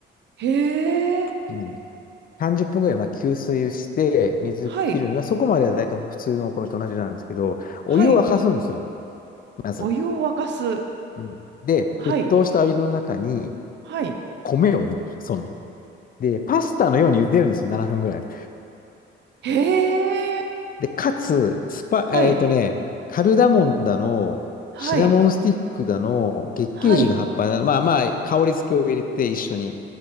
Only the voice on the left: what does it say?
うん。30分ぐらいまあ吸水して、水切るのは、
そこまでは大体普通のお米と同じなんですけど、
お湯を沸かすんですよ、まず。
うん。で、
沸騰したお湯の中に
米を入れる、その。で、パスタのように茹でるんですよ、7分ぐらい。
で、かつ、スパ、
えっとね、カルダモンだの、
シナモンスティックだの、月桂樹の葉っぱだの、
まあまあ、香り付けを入れて一緒に